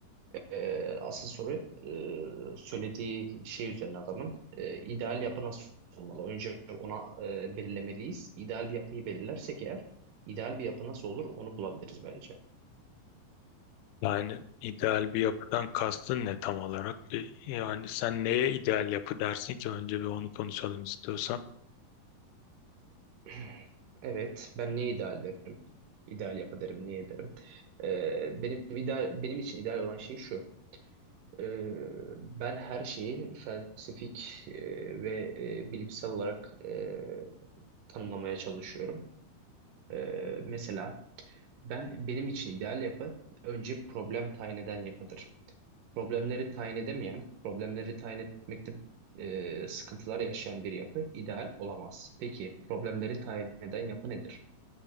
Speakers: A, on the right (about 70°); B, on the left (about 80°).
A: Ee, asıl soru e, söylediği şey üzerine adamın e, ideal yapı nasıl olmalı? Önce ona e, belirlemeliyiz. İdeal bir yapıyı belirlersek eğer ideal bir yapı nasıl olur onu bulabiliriz bence.
B: Yani ideal bir yapıdan kastın ne tam olarak? Bir- Yani sen neye ideal yapı dersin ki önce bir onu konuşalım istiyorsan.
A: <clears throat> Evet, ben ne ideal derim? İdeal yapı derim, ne derim? Ee, benim ideal, benim için ideal olan şey şu. Ee, ben her şeyi felsefik e, ve e, bilimsel olarak e, tanımlamaya çalışıyorum. Ee, mesela ben benim için ideal yapı önce problem tayin eden yapıdır. Problemleri tayin edemeyen, problemleri tayin etmekte e, sıkıntılar yaşayan bir yapı ideal olamaz. Peki problemleri tayin eden yapı nedir?